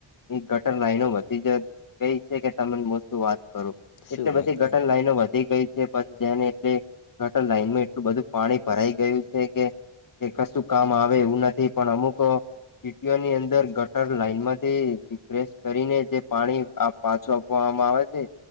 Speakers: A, on the left (about 40°); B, on the left (about 85°).
A: એ ગટર લાઈનોમાંથી જ કઈ છે કે તને મો શું વાત કરું
B: શું
A: એટલે
B: વાત
A: બધી
B: કરી.
A: ગટર લાઈનો વધી ગઈ પછી જેને એટ ગટર લાઈનમાં એટલું બધું પાણી ભરાઈ ગયું છે કે કે કશું કામ આવે એવું નથી પણ અમુક સીટીઓની અંદર ગટર લાઈન માંથી રિફ્રેેશ કરીને જે પાણી આપ પાછું આપવામાં આવે છે.